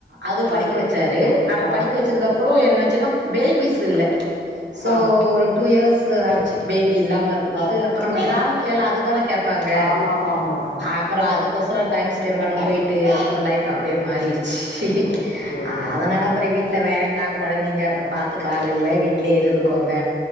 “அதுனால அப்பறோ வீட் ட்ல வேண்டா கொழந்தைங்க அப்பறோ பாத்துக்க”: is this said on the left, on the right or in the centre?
Right